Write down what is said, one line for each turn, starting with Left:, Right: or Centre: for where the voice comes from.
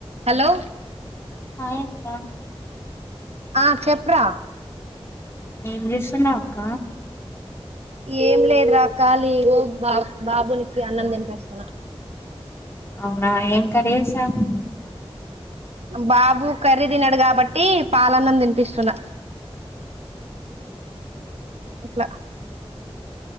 Right: hello
Left: hi అక్క
Right: ఆ చెప్రా
Left: ఏం చేస్తున్నావ్ అక్క
Right: ఏం లేదురా ఖాళీ ఓ బాబ బాబునికి అన్నం తినిపిస్తున
Left: అవునా ఏం కర్రీ చేసావ్
Right: బాబు కర్రీ తినడు కాబట్టి పాలన్నం తినిపిస్తున్న అట్లా